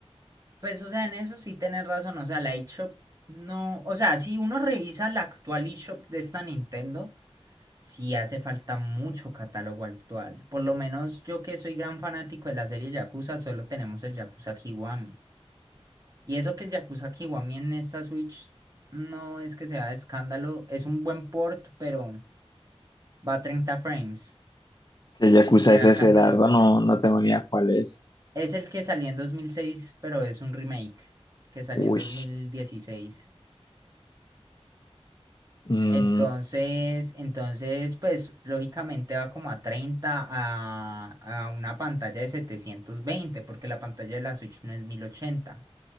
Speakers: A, on the right; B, on the left.
A: Pues, o sea, en eso sí tenés razón. O sea, la eShop no. O sea, si uno revisa la actual eShop de esta Nintendo, sí hace falta mucho catálogo actual. Por lo menos yo que soy gran fanático de la serie Yakuza, solo tenemos el Yakuza Kiwami. Y eso que el Yakuza Kiwami en esta Switch no es que sea de escándalo, es un buen port, pero va a 30 frames,
B: Que Yakuza
A: ni siquiera
B: es
A: alcanza
B: ese, la
A: los
B: verdad
A: sesenta
B: no, no tengo ni idea cuál es.
A: Es el que salió en 2006 pero es un remake que salió
B: Uy.
A: en dos mil dieciséis
B: Mm,
A: Entonces, entonces, pues lógicamente va como a 30 a, a una pantalla de 720 porque la pantalla de la Switch no es mil ochenta